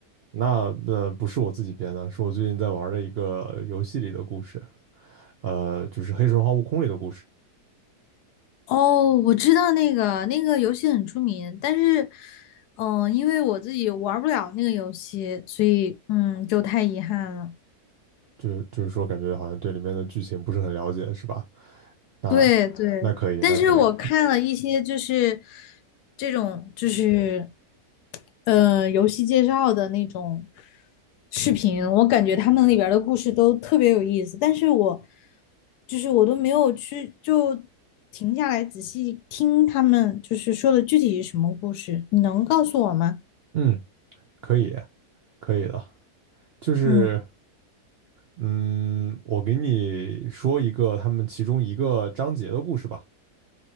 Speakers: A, on the right; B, on the left.
A: 那呃不是我自己编的，是我最近在玩的一个游戏里的故事，呃就是《黑神话：悟空》里的故事。
B: <laughs> 哦，我知道那个那个游戏很出名，但是，嗯，因为我自己玩儿不了那个游戏，所以嗯，就太遗憾了。
A: 就就是说，感觉好像对里面的剧情不是很了解，是吧？那
B: 对对，
A: 那可以，
B: 但是我看了一些就是
A: 那可以，
B: 这种就是呃游戏介绍的那种视频，我感觉他们里边儿的故事都特别有意思，但是我就是我都没有去就停下来仔细听他们就是说的具体是什么故事，你能告诉我吗？
A: 嗯，可以，可以的。就是
B: 嗯
A: 嗯，我给你说一个他们其中一个章节的故事吧。